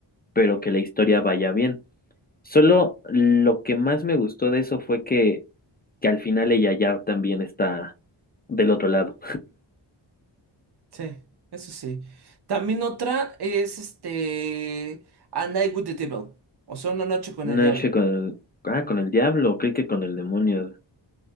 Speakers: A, on the left; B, on the right.
A: pero que la historia vaya bien. Solo lo que más me gustó de eso fue que, que al final ella ya también está del otro lado.
B: Sí, eso sí. También otra es este A Night with the Devil. O sea, una noche con
A: Una
B: el diablo.
A: noche con el... Ah, con el diablo, creí que con el demonio.